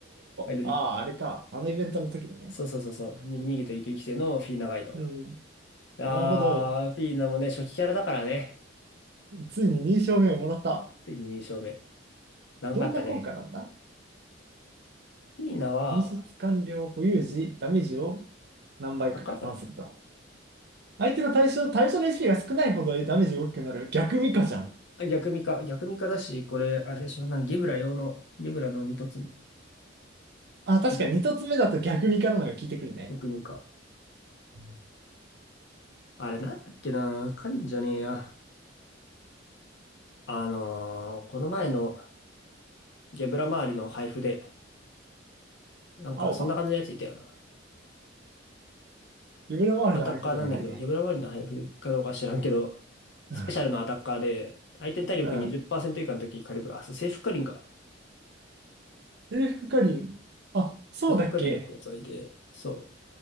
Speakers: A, on the left (about 65°); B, on the right (about 60°).
A: ガイドフィー。
B: おー。ああ、あれか。あのイベントの時のね。
A: そうそうそうそう。に逃げて生き生きてのフィーナガイド。
B: うん。
A: ああ、
B: なるほど。
A: フィーナもね、初期キャラだからね。
B: ついに認証名をもらった。
A: ついに2勝目。長かったね。
B: どんな効果なんだ
A: フィーナは、
B: 認出完了保有時、ダメージを何倍か加算すると。
A: またかこれ。
B: 相手の対象、対象の HP が少ないほどダメージが大きくなる。逆ミカじゃん。
A: あ逆ミカ。逆ミカだし、これ、あれでしょ、なんかゲブラ用の、ゲブラの二突
B: あ、確かに2つ目だと逆ミカなのが効いてくるね。
A: 以降のやつ。逆ミカ。
B: うん
A: あれなんだっけな、カリンじゃねえや。あのーこの前のゲブラ周りの配布で、なんかそんな感じのやついたよな。
B: 青葉。夢の周りの配布ではないね。
A: アタッカーなんだけど、ゲブラ周りの配布かどうか知らんけど、
B: う
A: スペシャルのアタッカーで、相手の体力20%
B: ん。
A: 以下の時カリブラ、あそうセーフカリンか。
B: 制服かりん。あ、そうだっけ
A: セーフカリンってやつがいて、そう。